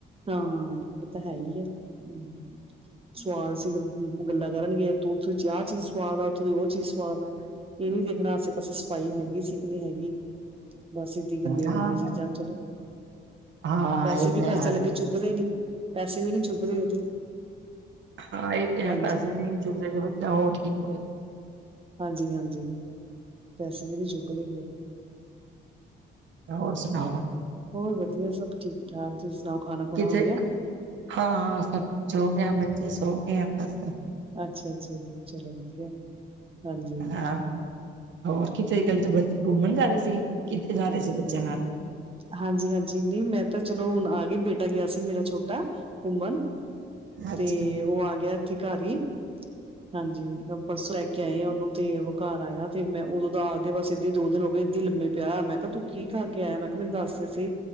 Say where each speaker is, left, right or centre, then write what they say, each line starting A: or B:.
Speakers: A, on the right (about 30°); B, on the right (about 70°).
A: ਹਾਂ, ਇਹ ਤਾਂ ਹੈ ਹੀ ਏ, ਹੂੰ। ਸਵਾਦ ਸੀ ਗੱਲਾਂ ਕਰਨਗੇ, ਉੱਥੋਂ ਦੀ ਆਹ ਚੀਜ਼ ਸਵਾਦ ਆ ਉੱਥੋਂ ਦੀ ਉਹ ਚੀਜ਼ ਸਵਾਦ ਆ। ਇਹ ਨੀ ਦੇਖਣਾ ਆਸੇ-ਪਾਸੇ ਸਫਾਈ ਹੈਗੀ ਸੀ ਕਿ ਨੀ ਹੈਗੀ ਬਸ ਏਦਾਂ ਹੀ ਗੰਦੀਆਂ-ਗੰਦੀਆਂ
B: ਹਾਂ
A: ਚੀਜ਼ਾਂ, ਚਲੋ
B: ਹਾਂ
A: ਪੈਸੇ
B: ਇਹ ਤੇ
A: ਵੀ ਖਰਚਾ
B: ਹੈ
A: ਲੱਗੇ ਚੁੱਭਦੇ ਨੀ ਪੈਸੇ ਵੀ ਨੀ ਚੁੱਭਦੇ ਉਹ ਤੇ
B: ਹਾਂ ਇਹ ਤੇ ਹੈ
A: ਹਾਂਜੀ,
B: ਪੈਸੇ ਵੀ ਚੁੱਭਦੇ ਜੇ ਬੱਚਾ ਉਹ ਠੀਕ ਹੋਏ।
A: ਹਾਂਜ-ਹਾਂਜੀ, ਪੈਸੇ ਦੇ ਵੀ ਚੁੱਗਦੇ ਫੇਰ।
B: ਹੋਰ ਸੁਣਾਓ।
A: ਹੋਰ ਵਧੀਆ ਸਭ ਠੀਕ ਠਾਕ ਤੁਸੀਂ ਸੁਣਾਓ ਖਾਣਾ ਖੁਣਾ
B: ਕਿਥੇ
A: ਹੋ ਗਿਆ।
B: ਹਾਂ ਸਭ ਹੋ ਗਿਆ ਬੱਚੇ ਸੋ ਗਏ ਬਸ
A: ਅੱਛਾ-ਅੱਛਾ ਜੀ ਚਲੋ ਵਧੀਆ, ਹਾਂਜੀ।
B: ਹਾਂ ਹੋਰ ਕਿੱਥੇ ਕੱਲ ਘੁੰਮਣ ਜਾ ਰਹੇ ਸੀ ਕਿੱਥੇ ਜਾ ਰਹੇ ਸੀ ਬੱਚਿਆਂ ਨਾਲ,
A: ਹਾਂਜੀ-ਹਾਂਜੀ, ਨਹੀ ਮੈਂ ਤਾਂ ਚਲੋ ਹੁਣ ਆ ਗਈ ਬੇਟਾ ਗਿਆ ਸੀ ਮੇਰਾ ਛੋਟਾ ਘੁੰਮਣ,
B: ਅੱਛਾ
A: ਤੇ ਉਹ ਆ ਗਿਆ ਇੱਥੇ ਘਰ ਹੀ, ਹਾਂਜੀ ਬਸ ਲੈ ਕੇ ਆਈ ਆ ਉਹਨੂੰ ਤੇ ਉਹ ਘਰ ਆਇਆ ਤੇ ਮੈਂ ਉਦੋਂ ਦਾ ਆ ਕੇ ਬਸ ਏਦਾਂ ਦੋ ਦਿਨ ਹੋ ਗਏ ਇਏ ਲੰਮੇ ਪਿਆ ਮੈਂ ਕਿਹਾ ਤੂੰ ਕੀ ਕਰਕੇ ਆਇਆ ਮੈਂ ਕਿਹਾ ਮੈਨੂੰ ਦੱਸ ਸੀ